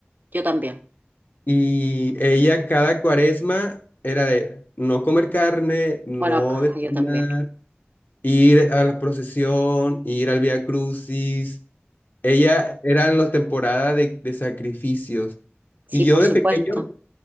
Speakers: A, on the right; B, on the left.
A: Yo también.
B: y ella cada cuaresma era de no comer carne, no
A: Bueno, acá,
B: desayunar,
A: yo también.
B: ir a la procesión, ir al Vía Crucis Ella era en la temporada de, de sacrificios.
A: Sí,
B: Y yo
A: por
B: de
A: supuesto.
B: pequeño,